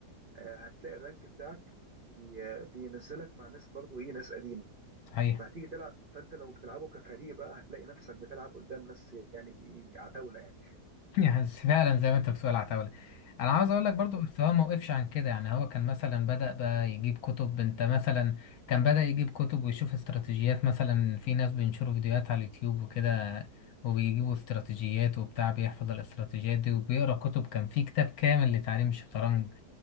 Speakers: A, on the right (about 50°); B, on the left (about 70°).
A: آه، هتلاقي الرانك بتاعك بي آه، بينزلك مع ناس برضو ايه ناس قديمه
B: صحيح
A: فهتيجي تلعب فانت لو بتلعبه كفريق بقى هتلاقي نفسك بتلعب قدام ناس يعني إيه، عتاوله يعني
B: <laughs> يعني فعلا زي ما انت بتقول عتاولة انا عاوز اقول لك برضو بس هو ما وقفش عن كده يعني هو كان مثلا بدأ بقى يجيب كتب انت مثلا كان بدأ يجيب كتب ويشوف استراتيجيات مثلا في ناس بينشروا فيديوهات على اليوتيوب وكده وبيجيبوا استراتيجيات وبتاع بيحفظ الاستراتيجيات دي وبيقرأ كتب كان في كتاب كامل لتعليم الشطرنج